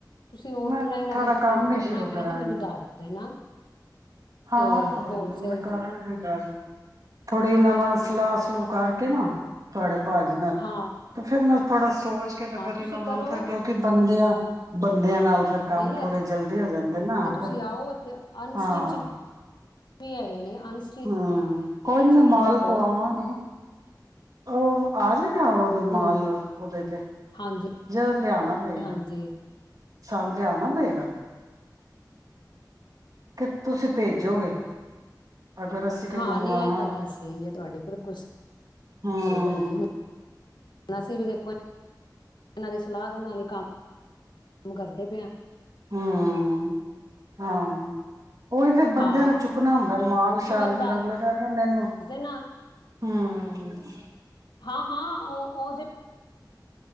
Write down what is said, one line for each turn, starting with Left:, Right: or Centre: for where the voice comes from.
Left: ਤੁਸੀਂ ਓਨਲਾਈਨ
Right: ਮੈਂ ਥੋੜਾ
Left: ਅਗਰ ਕੰਮ ਕਰਨਾ
Right: ਨੀ ਸ਼ੁਰੂ ਕਰਾਂਗੀ
Left: ਹੈ ਤੇ ਮੈਨੂੰ ਦੱਸ ਦੇਣਾ ਤੇ
Right: ਹਾਂ ਕੋਈ
Left: ਹੋਲਸੇਲ
Right: ਨੀ ਮੈਂ ਕਰਾਂਗੀ
Left: ਚ
Right: ਗੱਲ ਥੋੜ੍ਹੀ ਇਹਨਾਂ ਨਾਲ ਸਲਾਹ ਸਲੂਹ ਕਰਕੇ ਨਾ ਤੁਹਾਡੇ ਭਾਜੀ ਨਾਲ
Left: ਹਾਂ
Right: ਤੇ ਫੇਿਰ ਮੈਂ ਥੋੜਾ ਸੋਚ ਤੇ ਫਿਰ
Left: ਹਾਂ ਤੁਸੀਂ
Right: ਇਹਨਾਂ ਨਾਲ
Left: ਕਰੋ
Right: ਫਿਰ ਕਿਉਂਕਿ ਬੰਦਿਆਂ ਬੰਦਿਆਂ ਨਾਲ ਫੇਿਰ ਕੰਮ
Left: ਨਹੀਂ
Right: ਥੋੜੇ
Left: ਇੱਥੇ
Right: ਜਲਦੀ ਹੋ ਜਾਂਦੇ ਨਾ
Left: ਤੁਸੀਂ
Right: ਫਿਰ
Left: ਆਓ ਇੱਥੇ ਅਨਸਟਿਚ
Right: ਹਾਂ
Left: ਵੀ ਹੈਗੇ ਨੇ ਅਨਸਟਿਚ
Right: ਹੂ ਕੋਈ ਨੀ ਮੈਂ
Left: ਵੀ
Right: ਮਾਲ
Left: ਰੱਖੋ
Right: ਪਵਾਵਾਂਗੀ ਉਹ ਆ ਗਏ। ਉਹਦੇ
Left: ਹੂੰ
Right: ਮਾਲ ਦੇ ਤੇ
Left: ਹਾਂਜੀ
Right: ਜਾਕੇ ਲਿਆਣਾ ਪਏਗਾ।
Left: ਹਾਂਜੀ
Right: ਸਾਮਝ ਆਣਾ ਪਏਗਾ। ਕਿ ਤੁਸੀਂ ਭੇਜੋਗੇ। ਅਗਰ ਅਸੀਂ ਕੁਝ
Left: ਹਾਂ
Right: ਮੰਗਵਾਉਣਾ
Left: ਨਹੀਂ ਇਹ ਤਾਂ
Right: ਹੋਏ
Left: ਗੱਲ
Right: ਤੇ
Left: ਸਹੀ ਹੈ। ਤੁਹਾਡੀ ਬਿਲਕੁਲ ਸਹੀ
Right: ਹਮ
Left: ਭੈਣ ਜ ਅਸੀਂ ਵੀ ਦੇਖੋ ਇਹਨਾਂ ਦੀ ਸਲਾਹ ਦੇ ਨਾਲ ਹੀ ਕੰਮ -ਕੰਮ ਕਰਦੇ ਪਏ
Right: ਹਾ- ਹਾਂ ਉਹੀ ਫਿਰ ਬੰਦ
Left: ਹਾਂ
Right: ਨੂੰ ਚੁੱਕਣਾ ਹੁੰਦਾ ਮਾਲ
Left: ਤੁਸੀਂ
Right: ਸ਼ਾਲ
Left: ਮੈਨੂੰ ਦੱਸ
Right: ਫੇਰ ਅਗਲੇ ਕਹਿਣਗੇ ਮੈਨੂੰ
Left: ਦੇਣਾ
Right: ਹਾ- ਹ <inaudible>
Left: ਹਾਂ -ਹਾਂ -ਉਹ -ਉਹ ਜੇ